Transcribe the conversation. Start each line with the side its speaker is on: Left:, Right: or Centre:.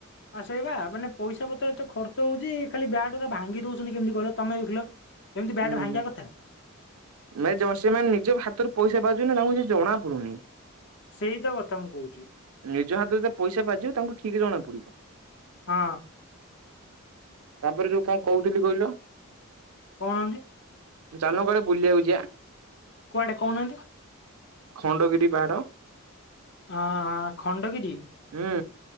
Left: ଆ ସେଇବା ମାନେ ପଇସା ପତ୍ର ତ ଖର୍ଚ୍ଚ ହଉଛି ଖାଲି ବ୍ୟାଟ ଗୁରା ଭାଙ୍ଗି ଦଉଛନ୍ତିି କେମିତି କହିଲ ତମେ ଦେଖିଲ। ଏମିତି ବ୍ୟାଟ୍
Right: ହୁଁ
Left: ଭାଙ୍ଗିବା କଥା
Right: ମ ସେମାନେ ନିଜ ହାତରୁ ପଇସା ପାଉଛନ୍ତି ନା ତାଙ୍କୁ ଜଣା ପଡ଼ୁନି।
Left: ସେଇ ତ କଥା ମୁଁ କହୁଛି
Right: ନିଜ ହାତରେ ଯେତେ ପଇସା ବାଜିବ ତାଙ୍କୁ ଠିକ ଜଣା ପଡିବ।
Left: ହଁ।
Right: ତାପରେ ଯୋଉ କଣ କହୁଥିଲି କହିଲ।
Left: କହୁନାହାନ୍ତି?
Right: ଚାଲ ନା କୁଆଡ଼େ ବୁଲିଆ କୁ ଯିଵା।
Left: କୁଆଡେ କହୁନାହାନ୍ତି?
Right: ଖଣ୍ଡଗିରି ପାହାଡ।
Left: ହଁ ହଁ ଖଣ୍ଡଗିରି।
Right: ହୁଁ